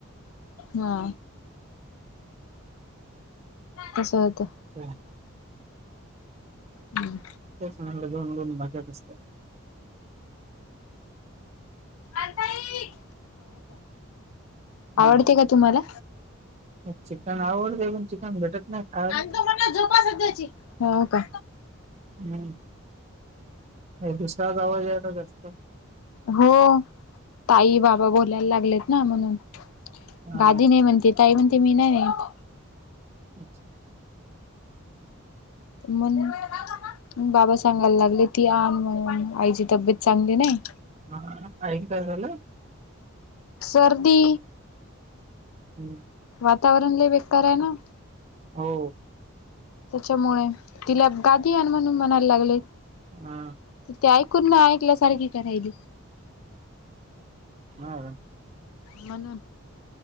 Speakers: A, on the left; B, on the right.
A: हा तसं होत.
B: <unintelligible>
A: हम्म
B: तेच म्हणलं दोन दोन भाज्या कसकाय?
A: आता येईल.
B: हा
A: आवडते का तुम्हाला
B: चिकन आवडतय पण चिकन भेटत नाही. खायला.
A: आणतो म्हणा झोपा सध्याची हो का
B: हम्म दुसराच आवाज यायला जास्त
A: हो ताई बाबा बोलायला लागलेत ना म्हणून
B: हा
A: गादी ने म्हणते ताई म्हणते मी नाही नेत.
B: अच्छा
A: म्हणून बाबा सांगायला लागले ती अन म्हणून आईची तब्येत चांगली नाही
B: हा आईला काय झालं?
A: सर्दी
B: हम्म
A: वातावरण लय बेक्कार ए ना
B: हो
A: त्याच्यामुळे तिला गादी आण म्हणून म्हणायला लागले.
B: हा
A: त ती ऐकून न ऐकल्यासारखी करायली.
B: हा का
A: म्हणून